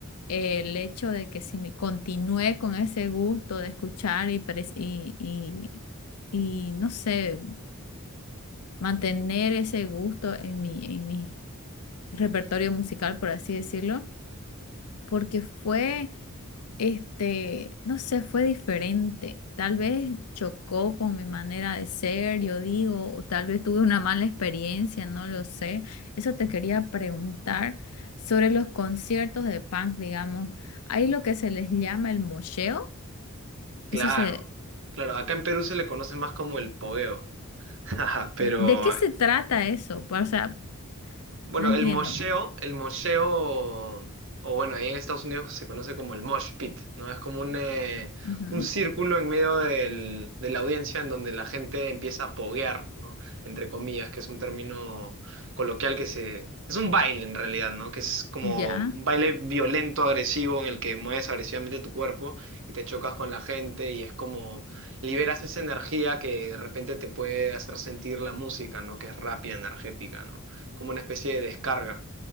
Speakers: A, on the left; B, on the right.
A: el hecho de que si me continué con ese gusto de escuchar y, pres- y, y, y, no sé, mantener ese gusto en mi, en mi repertorio musical, por así decirlo, porque fue este, no sé, fue diferente. Tal vez chocó con mi manera de ser, yo digo, o tal vez tuve una mala experiencia, no lo sé. Eso te quería preguntar sobre los conciertos de punk, digamos. Hay lo que se les llama el mosheo.
B: Claro,
A: Eso se,
B: claro. Acá en Perú se le conoce más como el pogueo, <laughs> Ajá, pero
A: ¿de qué se trata eso? Pa- O sea,
B: Bueno,
A: no entiendo.
B: el mosheo, el mosheo, o bueno, ahí en Estados Unidos se conoce como el mosh pit, ¿no? Es como un, eh,
A: Ujú,
B: un círculo en medio del- de la audiencia en donde la gente empieza a poguear, ¿no? Entre comillas, que es un término coloquial que se... Es un baile en realidad, ¿no? Que es como
A: Ya.
B: un baile violento, agresivo, en el que mueves agresivamente tu cuerpo y te chocas con la gente y es como liberas esa energía que de repente te puede hacer sentir la música, ¿no? Que es rápida, energética, ¿no? como una especie de descarga.